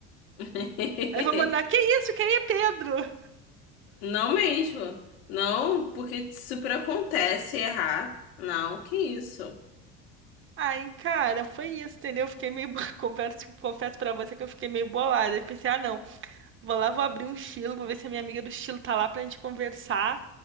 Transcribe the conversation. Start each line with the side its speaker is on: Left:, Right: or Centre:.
Left: <laughs>
Right: Aí eu vou mandar, que isso? Quem é Pedro?
Left: Não mesmo. Não, porque super acontece errar. Não, que isso.
Right: Aí, cara, foi isso, entendeu? Eu Fiquei meio. bo- <laughs> Converso, confesso pra você que eu fiquei meio bolada. Eu pensei, ah, não, vou lá, vou abrir um estilo vou ver se a minha amiga do estilo tá lá pra gente conversar,